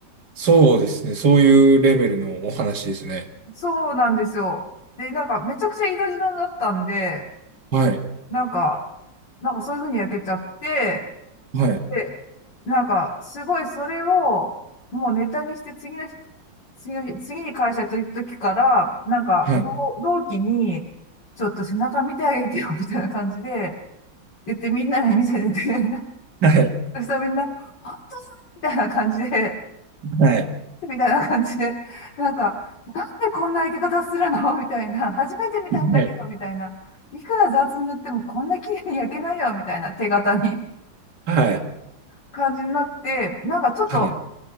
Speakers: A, on the right; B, on the left.
A: そうですね。そういうレベルのお話ですね。
B: そうなんですよ。で、なんかめちゃくちゃ色白だったんで、
A: はい。
B: なんか、なんかそういう風に焼けちゃって、
A: はい。
B: で、なんか、すごいそれを、もうネタにして次の日、次の日、次に会社と行った時から、なんか、
A: はい。
B: 同同期に、ちょっと背中見てあげてよ、みたいな感じで、言ってみんなに見せてて、<laughs>
A: はい。
B: そしたらみんな、あみたいな感じで、
A: はい。
B: みたいな感じで、なんか、なんでこんな生け方するのみたいな、初めて見たんだけど、
A: はい。
B: みたいな、いくら雑に塗ってもこんな綺麗に焼けないよ、みたいな手形に
A: はい。
B: 感じになって、なんかちょっと、
A: はい。